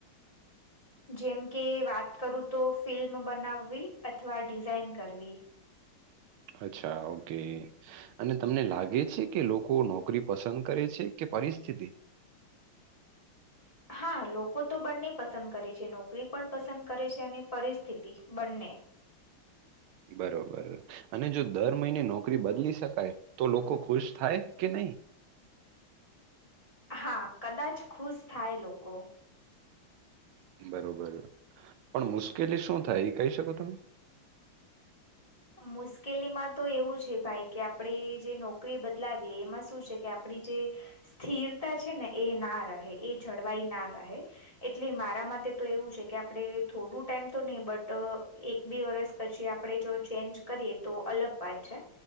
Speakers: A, on the left; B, on the right.
A: જેમ કે વાત કરું તો ફિલ્મ બનાવવી અથવા ડિઝાઇન કરવી.
B: અચ્છા ઓકે. અને તમને લાગે છે કે લોકો નોકરી પસંદ કરે છે કે પરિસ્થિતિ
A: હા લોકો તો બંને પસંદ કરે છે નોકરી પણ પસંદ કરે છે અને પરિસ્થિતિ બંને
B: બરોબર. અને જો દર મહિને નોકરી બદલી શકાય તો લોકો ખુશ થાય કે નહી
A: હા કદાચ ખુશ થાય લોકો
B: બરોબર પણ મુશ્કેલી શું થાય એ કહી શકો તમે
A: મુશ્કેલીમાં તો એવું છે ભાઈ કે આપણે જે નોકરી બદલાવીએ એમાં શું છે કે આપડી જે સ્થિરતા છે ને એ ના રહે એ જળવાઈ ના રહે. એટલે મારા માટે તો એવું છે કે આપણે થોડું ટાઈમ તો નહી બટ એક બે વર્ષ પછી આપડે જો ચેન્જ કરીએ તો અલગ વાત છે.